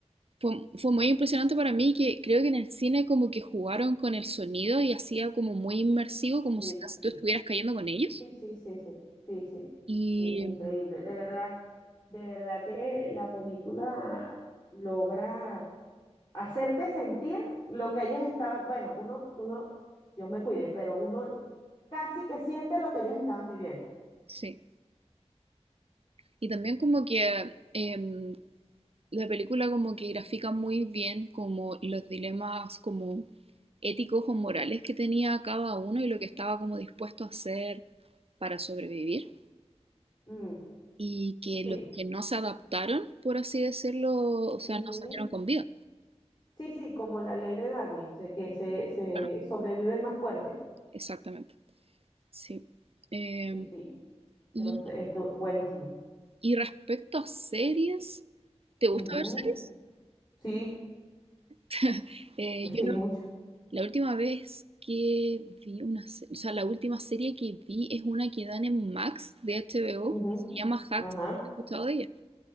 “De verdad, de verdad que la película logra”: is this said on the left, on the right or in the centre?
Left